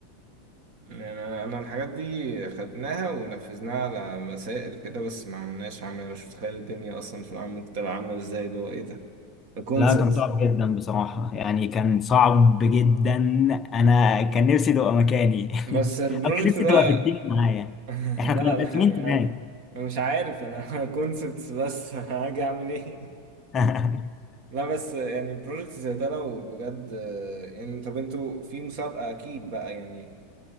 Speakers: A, on the right (about 45°); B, on the left (about 15°).
A: يعني انا أنا الحاجات دي خدناها ونفذناها على مسائل كده بس ما عملناش عمل أنا مش متخيل الدنيا اصلا في العام ممكن تبقى عامله ازاي اللي هو ايه ده كونسبت
B: لا كان صعب جدا بصراحة يعني كان صعب جدا أنا كان نفسي تبقى مكاني
A: بس
B: <laughs>
A: البروجكت
B: أو كان نفسي
A: ده
B: تبقى في التيم معايا
A: <laughs>
B: إحنا
A: لا
B: كنا تلاتين
A: لا يعني
B: تمام
A: انا مش عارف انا <laughs> كونسبتس بس هاجي اعمل ايه
B: <laughs>
A: لا بس يعني بروجكت زي ده لو بجد يعني طب انتوا في مسابقة اكيد بقى يعني